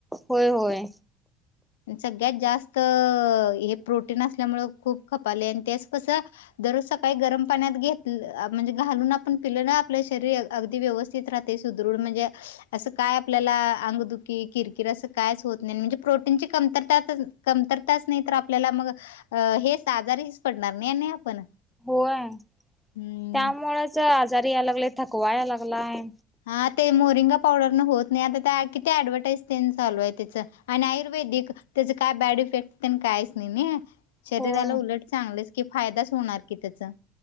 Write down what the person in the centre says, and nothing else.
होय होय
होय त्यामुळेच
आजारी यायला लागले थकवा यायला लागलाय
होय.